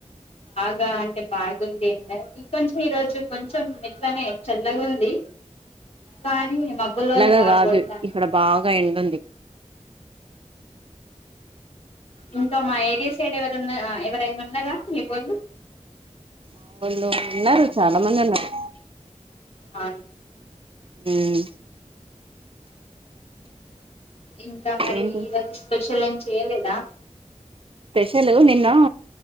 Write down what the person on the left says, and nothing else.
ఇగ అంటే బాగుంది ఎండ ఇంకొంచెం ఈరోజు కొంచెం అట్లానే చల్లగ ఉంది కానీ మబ్బుల్లోనే
బాగా
కొడతాంది
ఇంకా మా ఏరియా సైడ్ ఎవరున్న ఎవరైనా ఉన్నరా మీ వొళ్ళు
అ
ఇంకా మరి
ఈరోజు స్పెషల్ ఏం చెయ్యలేదు. దా